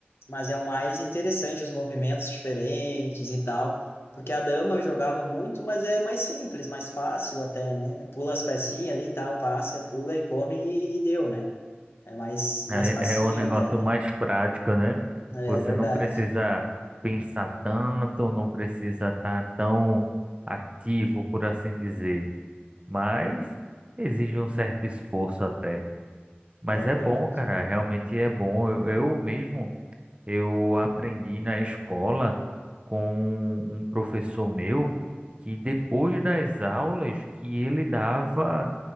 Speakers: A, on the left; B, on the right.
A: mas é o mais interessante, os movimentos diferentes e tal. Porque a dama eu jogava muito, mas é mais simples, mais fácil até, né? Pula as pecinhas ali e tal, passa, pula e come e deu, né? É mais, mais
B: É,
A: facinho
B: é um negócio
A: até, né?
B: mais prático, né?
A: É
B: Você
A: verdade,
B: não precisa pensar tanto, não precisa estar tão ativo, por assim dizer. Mas exige um certo esforço até. Mas
A: é
B: é
A: verdade.
B: bom, cara, realmente é bom. Eu, eu mesmo, eu aprendi na escola com um professor meu que depois
A: Uhum.
B: das aulas que ele dava